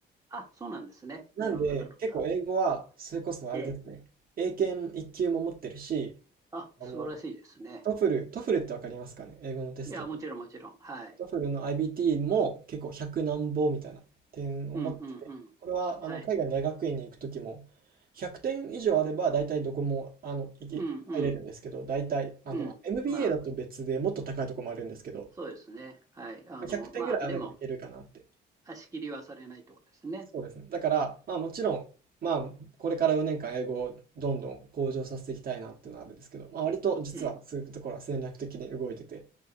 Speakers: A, on the right; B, on the right.
A: あ、そうなんですね。
B: なんで、
A: なるほど、なるほど。
B: 結構英語は、それこそあれですね、
A: ええ。
B: 英検1級も持ってるし、
A: あ、素晴らしいですね。
B: あの、トフル、トフルってわかりますかね英語のテストで。
A: いや、もちろん、もちろん。はい。
B: トフルの IBT も結構100何ぼみたいな点を持ってて、
A: うんうんうん。
B: これはあの海外の大学院に行くときも、
A: はい。
B: 100点以上あれば大体どこもあの行け入れるんですけど、
A: うんうん
B: 大体あの
A: うん。
B: MBA
A: まあ、
B: だと別でもっと高いとこもあるんですけど、
A: そうですね。はい。あの、
B: まあ100点ぐらいあればいけるかなって。
A: まあ、でも、足切りはされないってことですね。
B: そうですね。だから、まあもちろん、まあこれから4年間英語をどんどん向上させていきたいなっていうのはあるんですけど、まあ割と実はそういうところは戦略的に動いてて、
A: ええ。